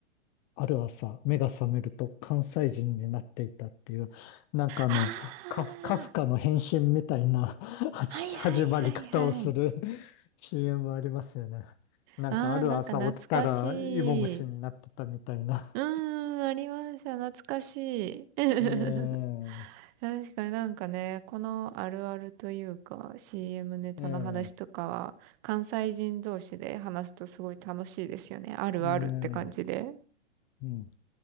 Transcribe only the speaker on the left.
ある朝、目が覚めると関西人になっていたっていう、なんかあの、
カフ、カフカの変身みたいな
<laughs> 始始まり方をする
<laughs> CM ありますよね。なんかある朝起きたら芋虫になってたみたいな。
ええ
ええ
ええうん。